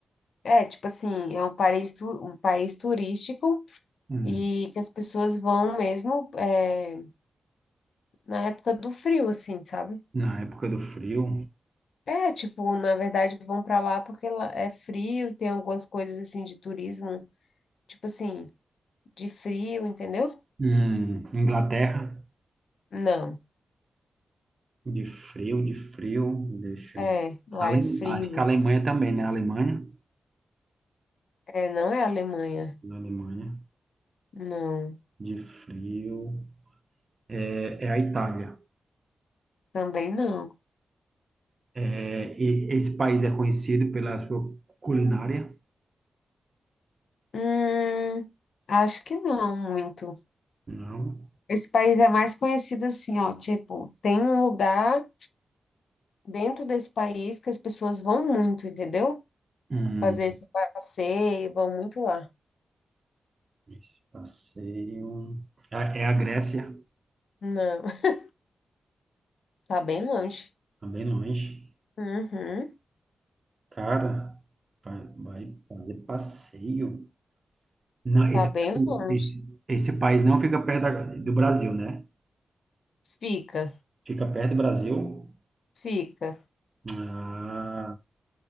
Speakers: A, on the left (about 80°); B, on the right (about 30°).
A: É, tipo assim, é um país, tu- um país turístico
B: Hum,
A: e que as pessoas vão mesmo é, na época do frio, assim, sabe?
B: na época do frio.
A: É, tipo, na verdade vão pra lá porque lá é frio, tem algumas coisas assim de turismo, tipo assim, de frio, entendeu?
B: Hum, Inglaterra?
A: Não,
B: De frio, de frio, deixa
A: é,
B: eu...
A: lá
B: Ale-
A: é frio.
B: Acho que a Alemanha também, né? A Alemanha.
A: É, não é Alemanha.
B: Na Alemanha,
A: Não,
B: de frio. É, é a Itália.
A: também não.
B: É, e- esse país é conhecido pela sua culinária?
A: Hum, acho que não muito.
B: Não.
A: Esse país é mais conhecido assim, ó, tipo, tem um lugar dentro desse país que as pessoas vão muito, entendeu?
B: Hum,
A: Fazer esse passeio, vão muito lá.
B: esse passeio. É, é a Grécia?
A: Não, <laughs> tá bem longe.
B: Também bem longe.
A: Uhum,
B: Cara, vai, vai fazer passeio. Não,
A: tá
B: esse,
A: bem
B: esse,
A: longe.
B: esse, esse país não fica perto da- do Brasil, né?
A: Fica,
B: Fica perto do Brasil.
A: fica.
B: Ah.